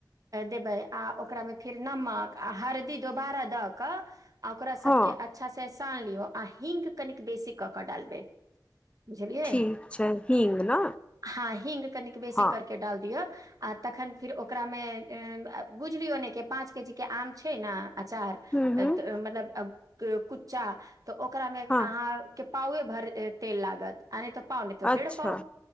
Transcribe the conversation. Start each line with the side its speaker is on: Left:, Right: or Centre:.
Right: देबै आ ओकरामे फेर नमक आ हरदि दोबारा दऽ कऽ। आ ओकरा सबके
Left: हँ
Right: अच्छा सेह सान लियौ आ हिंक कनिक बेसी कऽ कऽ डालबै। बुझलियै
Left: ठीक छै हींग ने
Right: हँ ही्ंग कनिक बेसी
Left: हँ
Right: करके डाल दियौ आ तखन फिर ओकरामे बुझलियौ नै के पाँच के जी के आम छै ने अचार। त
Left: हूँ हूँ
Right: अ मतलब कुच्चा तऽ ओकरामे
Left: हँ
Right: अहाँ। के पाउए भर तेल लागत। आ नै त पाव नै त
Left: अच्छा
Right: डेढ़ पाव